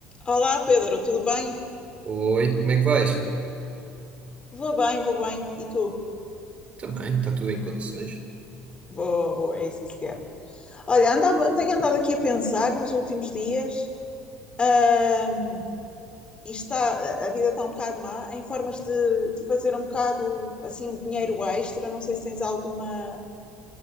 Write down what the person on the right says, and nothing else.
Oi, como é que vais?
Também, está tudo em condições.